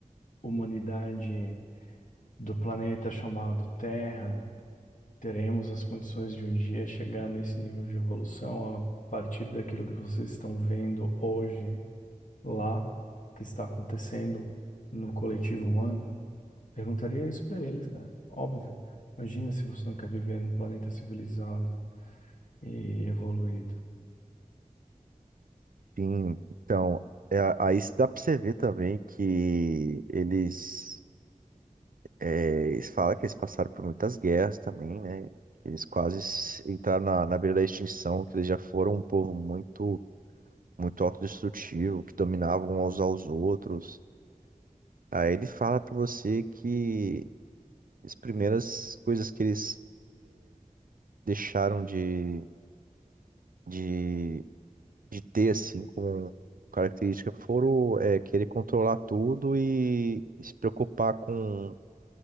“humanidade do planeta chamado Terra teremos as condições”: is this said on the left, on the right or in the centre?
Left